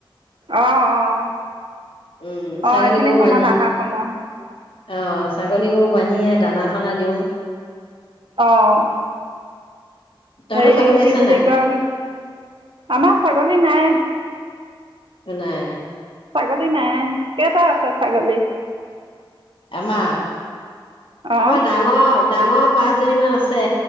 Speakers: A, on the right (about 70°); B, on the left (about 80°).
A: অঁ অঁ
B: উম ছাগলী
A: অঁ এইখিনি
B: গৰু
A: সময়ত
B: বান্ধি
A: অহা সময়
B: অ ছাগলী গৰু বান্ধিয়ে দানা চানা দিও
A: অঁ
B: তহঁতৰ
A: এই
B: ছাগলী
A: কি
B: আছে
A: বুলি
B: নাই
A: কম আমাৰ চা গলি নাই
B: নাই
A: ছাগলী নাই কেইটা আছে ছাগলী
B: আমা
A: অঁ
B: আমাৰ ডাঙৰ ডাঙৰ পাঁচজনী মান আছে